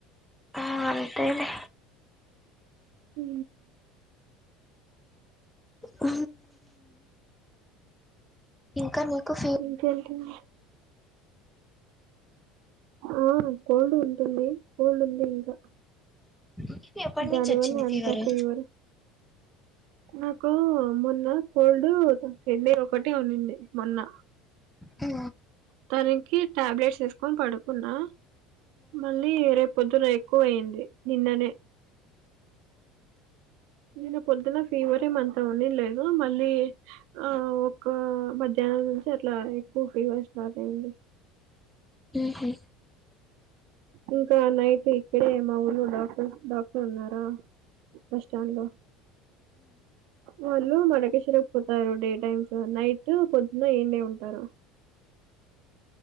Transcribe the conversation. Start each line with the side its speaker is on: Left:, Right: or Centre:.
Centre: ఆ అంతేలే
Right: ఉ
Centre: ఊ ఇంకా నీకు ఫ
Right: ఇంకేంటండి ఆ కోల్డ్ ఉంటుంది కోల్డ్ ఉంది ఇంక
Centre: <unintelligible>
Right: దాని
Centre: వచ్చింది
Right: వల్ల అంత
Centre: ఫీవరు
Right: ఫీవర్ నాకూ మొన్న కోల్డ్ ఒక హెడ్డే ఒకటే ఉన్నింది మొన్న
Centre: ఆ
Right: తనికి టాబ్లెట్స్ ఏసుకొన్ పడుకున్నా మళ్ళీ రేపొద్దున ఎక్కువయింది నిన్ననే నిన పొద్దున ఫీవర్ ఏం అంత ఉండిన్లేదు మళ్ళీ ఆ ఒక మధ్యాహ్నం నుంచి అట్లా ఎక్కువ ఫీవర్ స్టార్ట్ అయింది
Centre: ఊహు
Right: ఇంకా నైట్ ఇక్కడే మా ఊర్లో డాక్టర్స్ డాక్టర్ ఉన్నారా బస్ స్టాండ్ లో వాళ్ళు మడకేశరకు పోతారు డే టైమ్స్ నైట్ పొద్దున ఈడ్నే ఉంటారు